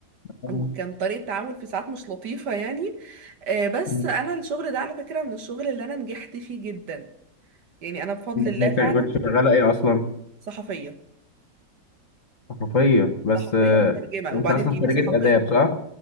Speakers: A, on the left (about 50°); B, on the right (about 70°).
A: آه،
B: وكان طريقه تعامل في ساعات مش لطيفه يعني آه، بس
A: مم.
B: انا الشغل ده على فكره من الشغل اللي انا نجحت فيه جدا يعني انا بفضل الله
A: ممكن-
B: فعلا
A: كنت شغالة ايه اصلا
B: صحفيه
A: صحفية بس
B: صحفيه
A: آه،
B: مترجمه
A: انت
B: وبعدين
A: اصلا
B: يعني
A: خريجة
B: صحفيه
A: اداب صح